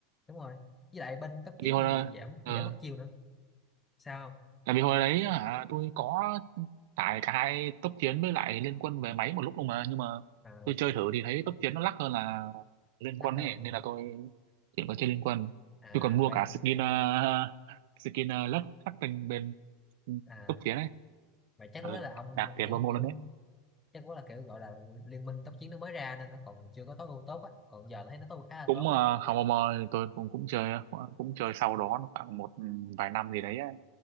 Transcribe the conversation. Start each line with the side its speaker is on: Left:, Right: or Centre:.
Left: đúng rồi với lại bên tốc chiến
Right: vì hồi
Left: thì
Right: đó,
Left: bị giảm
Right: ừ.
Left: bị giảm mất chiêu nữa sao không?
Right: tại vì hồi đấy hả tôi có tải cả hai tốc chiến với lại Liên Quân về máy một lúc luôn mà nhưng mà
Left: à,
Right: tôi chơi thử thì thấy tốc chiến nó lắc hơn là Liên
Left: lắc
Right: Quân
Left: hơn
Right: ấy nên là tôi thì có chơi Liên Quân
Left: à
Right: tôi còn mua
Left: vậy
Right: cả skin uh, skin uh, lớp khắc tinh bên
Left: à
Right: cấp tiến ấy
Left: vậy chắc
Right: Ờ,
Left: lúc đó là ông
Right: nạp
Left: ông
Right: tiền
Left: kiểu
Right: vào mua
Left: kiểu
Right: luôn đấy
Left: chắc lúc đó là kiểu gọi là liên minh tốc chiến nó mới ra nên nó còn chưa có tối ưu tốt á còn giờ thấy nó tối ưu khá là
Right: cũng
Left: tốt
Right: uh,
Left: á
Right: không mò tôi cũng cũng chơi cũng chơi sau đó nó khoảng một ừ, vài năm gì đấy ấy.